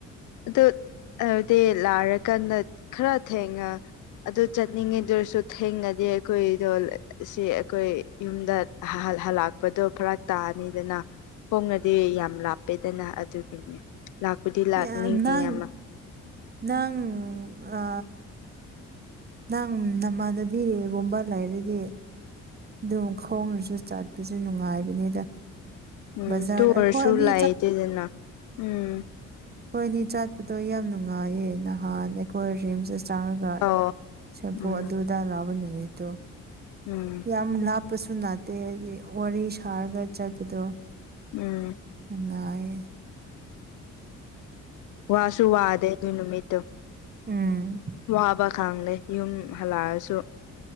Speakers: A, on the left; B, on the right.
A: ꯑꯗꯨ ꯑꯗꯨꯗꯤ ꯂꯥꯏꯔꯀꯥꯟꯗ ꯈꯔ ꯊꯦꯡꯉ ꯑꯗꯨ ꯆꯠꯅꯤꯡꯉꯤꯗꯨꯏꯔꯁꯨ ꯊꯦꯡꯅꯗꯦ ꯑꯩꯈꯣꯏꯗꯣ ꯁꯤ ꯑꯩꯈꯣꯏ ꯌꯨꯝꯗ ꯍꯜ ꯍꯜꯂꯛꯄꯗꯣ ꯐꯔꯛ ꯇꯥꯅꯤꯗꯅꯥ ꯍꯣꯡꯉꯗꯤ ꯌꯥꯝ ꯂꯥꯞꯄꯦꯗꯅ ꯑꯗꯨꯒꯤꯅꯦ ꯂꯥꯛꯄꯨꯗꯤ ꯂꯥꯛꯅꯤꯡꯉꯤ
B: ꯌꯥ ꯅꯪ
A: ꯑꯃ
B: ꯅꯪꯪ ꯑ ꯅꯪ ꯅꯃꯥꯟꯅꯕꯤꯒꯨꯝꯕ ꯂꯩꯔꯗꯤ ꯑꯗꯨꯝ ꯈꯣꯡꯅꯁꯨ ꯆꯠꯄꯁꯨ ꯅꯨꯡꯉꯥꯏꯕꯅꯤꯗ
A: ꯎꯝ
B: ꯕꯖꯥꯔ
A: ꯇꯨ ꯑꯣꯏꯔꯁꯨ
B: ꯑꯩꯈꯣꯏ ꯑꯅꯤ
A: ꯂꯩꯇꯦꯗꯅ ꯎꯝ
B: ꯍꯣꯏꯅꯦ ꯆꯥꯠꯄꯗꯣ ꯌꯥꯝ ꯅꯨꯡꯉꯥꯏꯌꯦ ꯅꯍꯥꯟ ꯑꯩꯈꯣꯏ ꯔꯤꯝꯁ ꯆꯥꯡꯉꯒ
A: ꯑꯣ
B: ꯁꯦꯝꯄꯨ
A: ꯎꯝ
B: ꯑꯗꯨꯗꯥ ꯂꯥꯎꯕ ꯅꯨꯃꯤꯠꯇꯨ
A: ꯎꯝ
B: ꯌꯥꯝ ꯂꯥꯞꯄꯁꯨ ꯅꯥꯠꯇꯦ ꯍꯥꯏꯗꯤ ꯋꯥꯔꯤ ꯁꯥꯔꯒ ꯆꯠꯄꯗꯣ
A: ꯎꯝ
B: ꯅꯨꯉꯥꯏꯌꯦ
A: ꯋꯥꯁꯨꯨ ꯋꯥꯗꯦ ꯑꯗꯨ ꯅꯨꯃꯤꯠꯇꯣ
B: ꯎꯝ
A: ꯋꯥꯕ ꯈꯪꯗꯦ ꯌꯨꯝ ꯍꯜꯂꯛꯑꯁꯨ